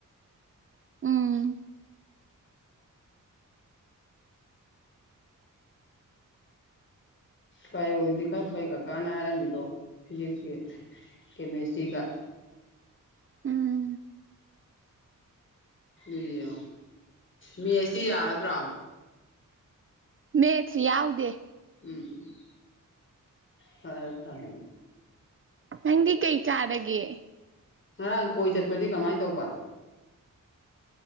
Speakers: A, on the right; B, on the left.
A: ꯎꯝ
B: ꯕꯥꯏꯑꯣꯣꯗꯤ ꯈꯔ ꯐꯩ ꯀꯀꯥꯅ ꯍꯥꯏꯔꯝꯃꯤꯗꯣ ꯐꯤꯖꯤꯛꯁꯀꯤ ꯀꯦꯃꯦꯁꯇ꯭ꯔꯤꯒ
A: ꯎꯝ
B: ꯏꯌꯦ ꯃꯁꯇꯤ ꯌꯥꯔꯗ꯭ꯔꯥ
A: ꯃꯦꯠꯁ ꯌꯥꯎꯗꯦ
B: ꯎꯝ ꯐꯔꯦ ꯐꯦꯅꯤ
A: ꯅꯪꯗꯤ ꯀꯩ ꯆꯥꯔꯒꯦ
B: ꯉꯔꯥꯡ ꯀꯣꯏ ꯆꯠꯄꯗꯤ ꯀꯃꯥꯏꯅ ꯇꯧꯕ